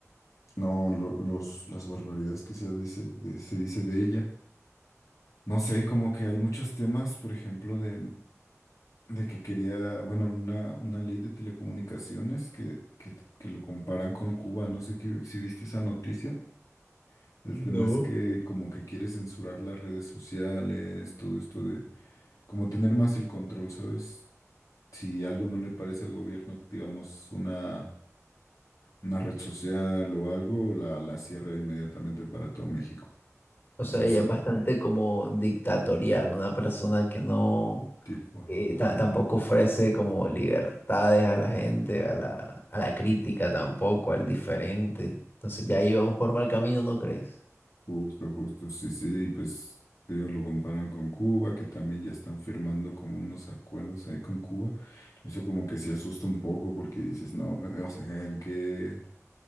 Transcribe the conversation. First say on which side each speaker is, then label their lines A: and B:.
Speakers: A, on the left; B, on the left.
A: No, lo- los, las barbaridades que se dice, de, se dice de ella. No sé, como que hay muchos temas, por ejemplo, de, de que quería, bueno, una, una ley de telecomunicaciones que, que, que lo comparan con Cuba. No sé qué- si viste esa noticia. El
B: No.
A: tema es que como que quiere censurar las redes sociales, todo esto de como tener más el control, ¿sabes? Si algo no le parece al gobierno, digamos, una, una red social o algo, la, la cierra inmediatamente para todo México.
B: O sea,
A: O sea,
B: ella
A: eso,
B: es bastante como dictatorial, una persona que no,
A: Tipo,
B: eh, ta- tampoco ofrece como libertades a la gente, a la, a la crítica tampoco, al diferente. Entonces ya
A: ju-
B: íbamos por mal camino, ¿no crees?
A: justo, justo, sí, sí, y pues te digo, lo comparan con Cuba, que también ya están firmando como unos acuerdos ahí con Cuba. Eso como que sí asusta un poco porque dices, no, eh, o sea, ¿en qué,